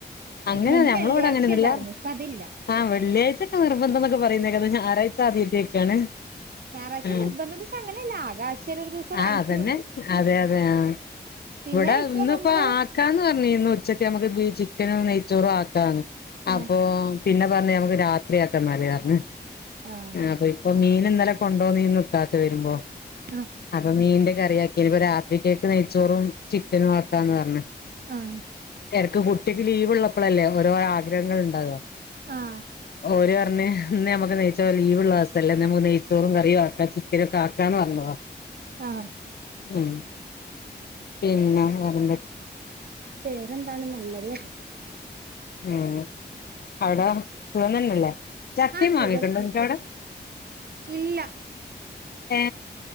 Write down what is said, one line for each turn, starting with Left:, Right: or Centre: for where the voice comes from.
Left: അങ്ങനെ
Right: മുമ്പ്
Left: നഞമ്മളോവിടെ
Right: വെള്ളിയാഴ്ച
Left: അങ്ങനെൊന്നല്ല
Right: ഉണ്ടായിരുന്നു ഇപ്പ അതില്ല
Left: ആഹ്ള്ളിയഴ്യക്കെ നിർബന്ധം എന്നൊക്കെ പറയുന്നേ ഞ ആറാഴ്ച ആദ്യമായിട്ടൊക്കെയ ആണ്
Right: ഞായറാഴ്ച
Left: ഉ
Right: നിർബന്ധം എന്ന് വെച്ചാ അങ്ങനെയല്ല ആകെ ആഴ്ചയിൽ ഒരു ദിവസം വാങ്ങിക്കുള്ളൂ
Left: ആഹ അതന്നെ അതെ അതെ ആ
Right: പിന്നെ
Left: ഇവിടെ
Right: ഇപ്പൊ
Left: ഇന്നിപ്പോൊ
Right: നമ്മള്
Left: ആക്കാന്ന് പറ ന ഉച്ചക്ക നമക്ക് ചനും നെയച്ചോറും ആക്ക
Right: ആ
Left: അപ്പോ പിന്നെ പറഞ്ഞ നമുക്ക് രാത്രിയാക്ക നാ പറഞ്ഞ
Right: ആ
Left: അപ്പൊ ഇപ്പൊ മീൻ ഇന്നലെ കൊണ്ടോന്നീ വരുമ്പോ
Right: ആ
Left: അപ്പൊ മീ- കറിയാക്കി ഇപ്പൊ രാത്രിരിക്കക്ക് നെയ്ച്ചോറും ചിക്കനും ഒക്കാന്ന് പറഞ്ഞഞ്
Right: ആഹ്
Left: ഇറക്ക് കുട്ടിക്ക് ലീവ് ഉള്ളപ്പോഴല്ലേഓരോ ആഗ്രഹങ്ങൾ ഉണ്ടാവോ
Right: ആഹ്
Left: ഓര പറഞ്ഞ ഇ നമുക്ക് നെയ്ച്ചോ ലീവ്ള്ള അവസല്ല നമ്മക്ക് നെയ്ച്ചോറും കറിയും ആക്കാം ചിച്ചിര ഒക്കെ ആക്കാന്ന് പറഞ്ഞതോ
Right: ആഹ്
Left: ഉം പിന്നെ വേറെന്ത്
Right: പേരെന്താണ് നല്ലത്
Left: ഉം അവിട സുഖം തന്നല്ലേ ചക്കയും
Right: ആ സുഖം
Left: മാങ്ങയുംഒക്കെ ഒണ്ടോ നിങ്ങക്കവിടെ
Right: ഇല്ല
Left: ഏ